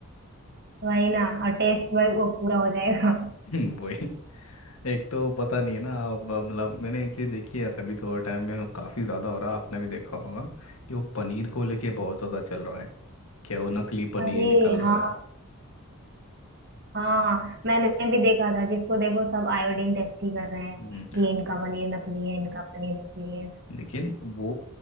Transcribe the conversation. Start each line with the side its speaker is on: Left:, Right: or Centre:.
Right: वही ना और टेस्ट वही वो पूरा हो जाएगा
Left: हम्म, वही एक तो पता नहीं है ना अब अब मतलब मैंने ये चीज़ देखी है अभी थोड़े टाइम में काफ़ी ज़्यादा हो रहा है आपने भी देखा होगा कि वो पनीर को लेके बहुत ज़्यादा चल रहा है क्या वो नकली पनीर
Right: अरे
Left: निकल रहा
Right: हाँ
Left: है
Right: हाँ मैंने भी देखा था जिसको देखो सब आयोडीन टेस्ट ही कर रहे हैं
Left: हम्म,
Right: कि इनका पनीर नकली है इनका पनीर नकली है
Left: लेकिन वो